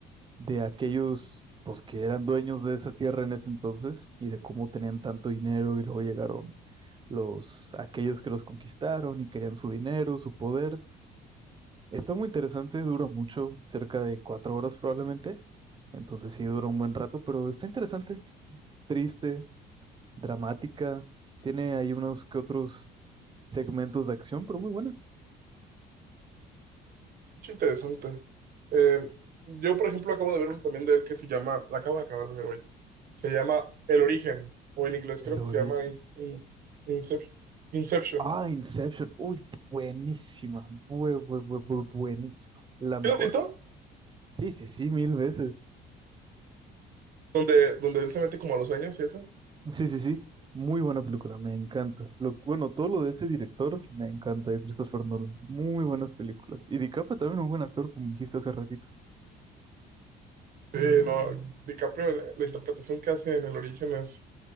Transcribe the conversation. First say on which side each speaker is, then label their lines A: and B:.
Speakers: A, on the right; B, on the right.
A: de aquellos, pues, que eran dueños de esa tierra en ese entonces y de cómo tenían tanto dinero y luego llegaron los aquellos que los conquistaron y querían su dinero, su poder. Está muy interesante, dura mucho, cerca de cuatro horas probablemente. Entonces sí dura un buen rato, pero está interesante, triste, dramática. Tiene ahí unos que otros segmentos de acción, pero muy buena.
B: Mucho interesante. Eh, yo, por ejemplo, acabo de ver un también de él que se llama, la acabo de acabar de ver hoy, se llama El Origen, o en inglés
A: El
B: creo
A: origen.
B: que se llama In- In- Inception. Inception.
A: Ah, Inception. Uy, buenísima. Bu- bu- bu- bu- buenísima. La mejor.
B: ¿Sí ¿Lo has visto?
A: Sí, sí, sí, mil veces.
B: Donde, donde él se mete como a los sueños y eso.
A: Sí, sí, sí. Muy buena película, me encanta. Lo, bueno, todo lo de ese director me encanta, de Christopher Nolan. Muy buenas películas. Y DiCaprio también un buen actor, como dijiste hace ratito.
B: Sí, no, DiCaprio, la interpretación que hace en El Origen es